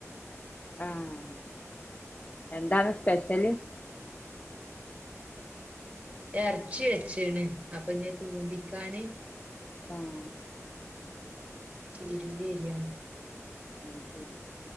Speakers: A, on the left; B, on the right.
A: ആഹ് എന്താണ് സ്പെഷ്യല്
B: എർച്ചി വെച്ചിണ് അപ്പഞ്ഞ് തൂമ്പിക്കാന്
A: ആഹ്
B: ചീരുള്ളി എരിയാണ്
A: അഹ്ശെരി